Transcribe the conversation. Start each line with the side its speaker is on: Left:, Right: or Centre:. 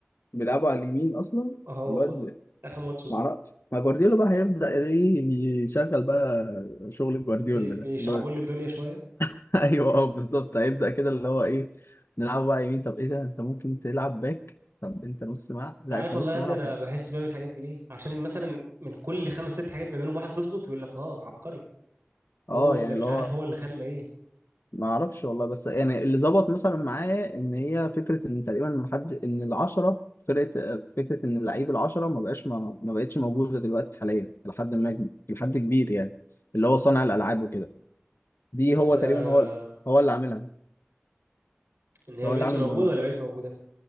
Left: بيلعبوا على اليمين اصلا
Right: <laughs> اه والله
Left: الواد
Right: اخر ماتش ده
Left: معرفش ما جوارديولا بقى هيبدأ ايه يشغل بقى شغل جوارديولا
Right: بي- بيشعبوا
Left: ده اللي هو
Right: لي الدنيا شويه
Left: <laughs> ايوه اه بالظبط هيبدأ كده اللي هو ايه نلعب بقى يمين طب ايه ده انت ممكن تلعب باك طب انت نص ملعب
Right: انت
Left: لا
Right: عارف
Left: انت
Right: والله
Left: نص
Right: يا
Left: ملعب
Right: ابني انا
Left: حلو
Right: بحس بعمل الحاجات دي ليه عشان مثلا من كل خمس ست حاجات بيعملهم واحده تظبط يقول لك اه عبقري
Left: اه
Right: هو اللي
Left: يعني
Right: مش
Left: اللي هو
Right: عارف هو اللي خلى ايه
Left: ما اعرفش والله بس يعني اللي ظبط مثلا معايا ان هي فكره ان تقريبا ما حد ان العشره فرقه فكره ان اللعيب العشره ما بقاش ما, ما بقتش موجوده دلوقتي حاليا لحد ما لحد كبير يعني اللي هو صانع الالعاب وكده دي
Right: بس
Left: هو تقريبا
Right: آه
Left: هو هو اللي عاملها
Right: ان هي
Left: هو
Right: ما بقتش
Left: اللي عامل
Right: موجوده
Left: الموضوع
Right: ولا
Left: ده
Right: بقت موجوده